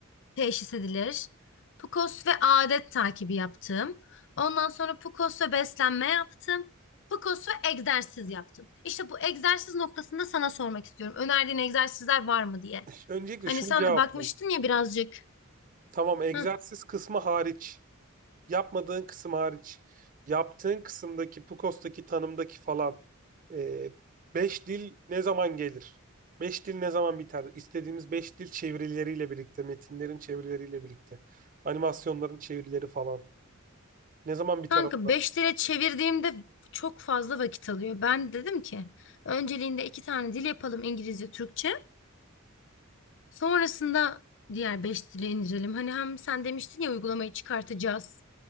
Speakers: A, on the left; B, on the right.
A: teşhis edilir. PCOS ve adet takibi yaptım. Ondan sonra PCOS ve beslenme yaptım. PCOS ve egzersiz yaptım. İşte bu egzersiz noktasında sana sormak istiyorum. Önerdiğin egzersizler var mı diye.
B: Öncelikle
A: Hani
B: şunu
A: sen
B: cevapla.
A: de bakmıştın ya birazcık.
B: Tamam egzersiz
A: Hı.
B: kısmı hariç. yapmadığın kısım hariç yaptığın kısımdaki PUKOS'taki tanımdaki falan e, beş dil ne zaman gelir? Beş dil ne zaman biter? İstediğimiz beş dil çevirileriyle birlikte, metinlerin çevirileriyle birlikte, animasyonların çevirileri falan. Ne zaman biter
A: Kanka
B: onlar?
A: 5 lira çevirdiğimde çok fazla vakit alıyor. Ben dedim ki önceliğinde iki tane dil yapalım İngilizce, Türkçe. Sonrasında diğer 5 dili indirelim. Hani hem sen demiştin ya uygulamayı çıkartacağız.